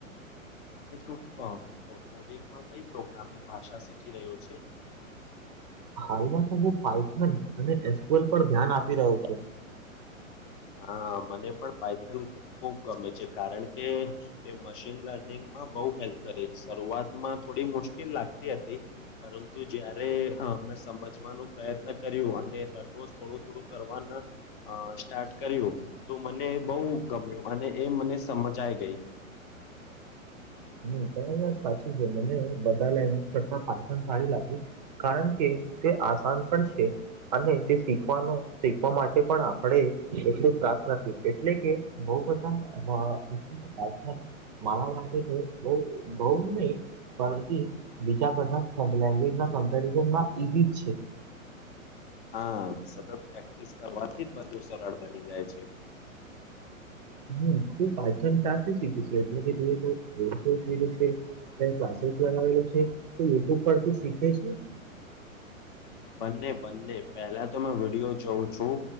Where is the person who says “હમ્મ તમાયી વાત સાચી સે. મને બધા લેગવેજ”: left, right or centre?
Right